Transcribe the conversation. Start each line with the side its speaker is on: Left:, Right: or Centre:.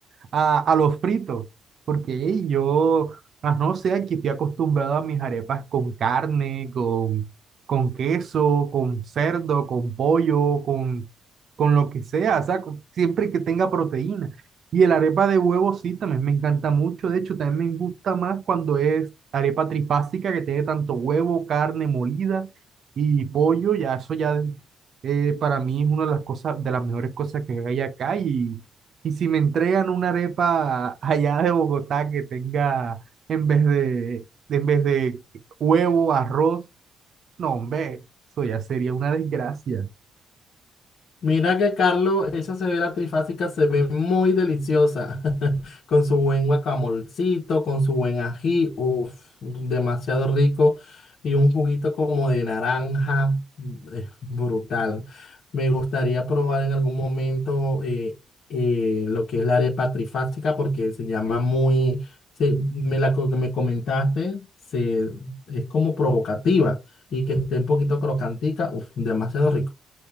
Right: a, a los fritos, porque ey, yo, ah, no sé, aquí estoy acostumbrado a mis arepas con carne, con, con queso, con cerdo, con pollo, con, con lo que sea, o sea, con- siempre que tenga proteína. Y el arepa de huevo sí, también me encanta mucho, de hecho, también me gusta más cuando es arepa trifásica que tiene tanto huevo, carne molida y pollo, ya eso ya... eh, para mí es una de las cosas, de las mejores cosas que hay acá y, y si me entregan una arepa allá de Bogotá que tenga en vez de, de- en vez de huevo, arroz, no, hombre, eso ya sería una desgracia.
Left: Mira que Carlos, esa cebolla trifásica se ve muy deliciosa, <laughs> con su buen guacamolcito, con su buen ají, uff, demasiado rico, y un juguito como de naranja, eh, brutal. Me gustaría probar en algún momento eh, eh, lo que es la arepa trifásica, porque se llama muy, se- me la co- que me comentaste, se, es como provocativa, y que esté un poquito crocantica, uff, demasiado rico.